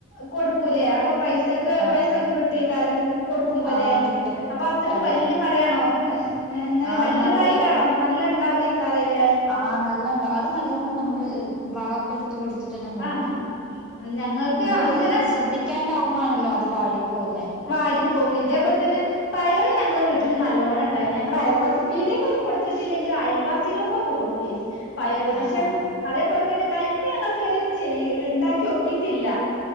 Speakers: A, on the left; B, in the centre.
A: കൊടുക്കു ലേ അപ്പം പൈസക്ക്
B: ആഹ്
A: പൈസൊക്കെ
B: ആഹ്
A: കിട്ടെയ്ക്കാരം കൊടുക്കുമ്പോ
B: ആഹ്
A: ലെ
B: കിട്ടും
A: അപ്പം അത്രക്ക്
B: അതെ
A: വല്ലൃ മരാണോ ഇങ്ങനെ
B: ആഹ്
A: വല്ല്യ
B: നല്ല
A: തായിട്ടാണോ നല്ല ഇണ്ടാവൊയിക്കാരം ല്ലേ.
B: ആഹ് നല്ലണ്ടാ അത് നല്ലോണം നമ്മള് വളൊക്കെ ഇട്ട് കൊടുത്തിട്ടെന്നെ നോക്കും.
A: ആഹ് ഞങ്ങൾക്ക്
B: നമ്മൾ
A: അങ്ങനെ
B: ഒരു ശ്രദ്ധിക്കാണ്ടാവുബോ ആണല്ലോ അത് വാടിപ്പോകുന്നേ.
A: വാടിപ്പോകുന്നത് ഇതേപോലെ തന്നെ പയറ് ഞങ്ങളെ വീട്ടില് നല്ലോണം ഇണ്ടായി ഞങ്ങള് അയൽവാസി പീടേക്കൊന്നും കൊടുത്തിട്ടില്ലെങ്കിൽ അയൽവാസികൾക്കൊക്കെ കൊടുക്കും. <unintelligible> പയറ് പക്ഷെ
B: ആഹ് ആഹ്
A: അതേപോലെ തന്നെ കൈപ്പ ഞങ്ങള് ഇതുവരെ ചെയ ഇണ്ടാക്കി നോക്കിട്ടില്ല